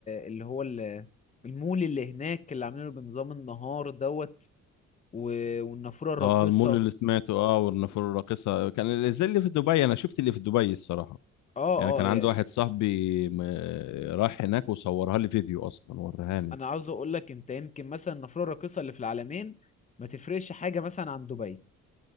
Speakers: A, on the left; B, on the left.
A: اللي هو ال- المول اللي هناك اللي عاملينه بنظام النهار دوت و- والنافورة الراقصة
B: اه المول اللي سمعته اه والنافوره الراقصه كان اللي زي اللي في دبي انا شفت اللي في دبي الصراحه
A: اه
B: يعني كان
A: اه
B: عندي واحد صاحبي م... راح هناك وصورها لي فيديو اصلا ورهاني
A: انا عاوز اقول لك انت يمكن مثلا النافوره الراقصه اللي في العالمين ما تفرقش حاجه مثلا عن دبي